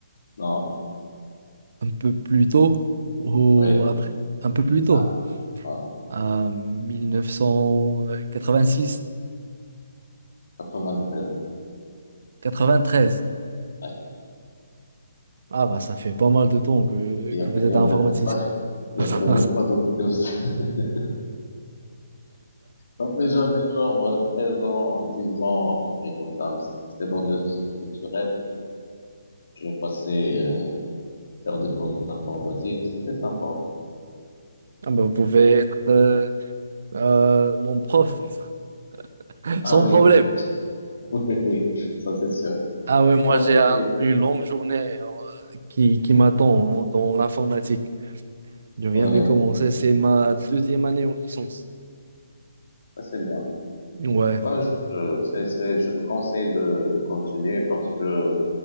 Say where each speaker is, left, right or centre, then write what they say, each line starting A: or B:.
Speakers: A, on the left; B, on the right.
A: Non?
B: un peu plus tôt ou
A: Oui.
B: après, un peu plus tôt,
A: Ah, ah,
B: à mille neuf cent quatre-vingt-six,
A: treize
B: quatre-vingt-treize.
A: Ouais.
B: Ah bah ça fait pas mal de temps que,
A: Il y
B: que
A: avait,
B: vous êtes
A: il y avait
B: informaticien.
A: même pas, <laughs> il
B: <laughs>
A: y avait même pas d'autres news. <laughs> Non, mais j'avais genre euh, 13 ans, 10 ans, à peu près comme ça. mais C'était dans le centre culturel. Je passais euh, faire des cours d'informatique, c'était sympa.
B: Ah bah, vous pouvez être euh, euh, mon prof <laughs>
A: Ah
B: sans
A: oui,
B: problème.
A: <laughs> oui, oui, ça c'est sûr.
B: Ah ouais, moi
A: Non
B: j'ai
A: mais,
B: un- une longue journée euh, qui, qui m'attend dans l'informatique. Je viens
A: oui,
B: de commencer, c'est ma deuxième année en licence.
A: ça c'est bien.
B: Ouais,
A: Moi, je, je, c'est, c'est- je te conseille de, de continuer parce que